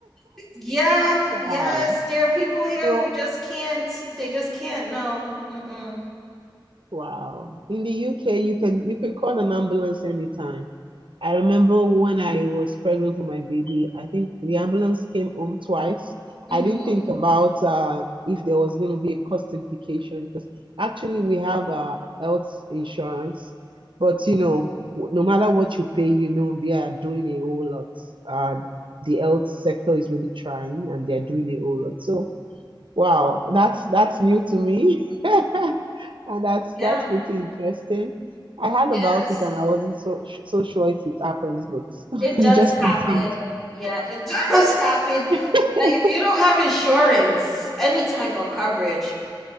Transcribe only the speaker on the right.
<laughs> Wow.
You know,
Wow. In the UK, you can you can call an ambulance anytime. I remember when I was pregnant with my baby, I think the ambulance came home twice.
I didn't think about uh, if there was going to be a cost implication because actually we have uh, health insurance, but you know, w- no matter what you pay, you know they are doing a whole lot. Uh, the health sector is really trying, and they are doing a whole lot. So wow, that's that's new to me. <laughs> And that's
that's pretty interesting. I heard
about it and I wasn't so so sure if it happens, but <laughs>
you
just confirmed.
<laughs>